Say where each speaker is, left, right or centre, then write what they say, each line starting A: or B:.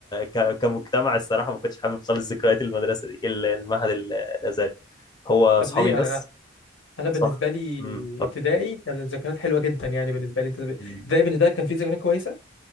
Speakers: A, on the left; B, on the left.
A: ك... كمجتمع الصراحه ما كنتش حابب خالص ذكريات المدرسه دي ال- المعهد ال- الازهري هو
B: طب
A: اصحابي
B: ليه يعني
A: بس
B: انا انا بالنسبه
A: صح
B: لي
A: امم
B: ابتدائي كانت الذكريات حلوه جدا يعني بالنسبه لي انت ب-
A: اتفضل
B: ابتدائي بالنسبه لك كان في ذكريات كويسه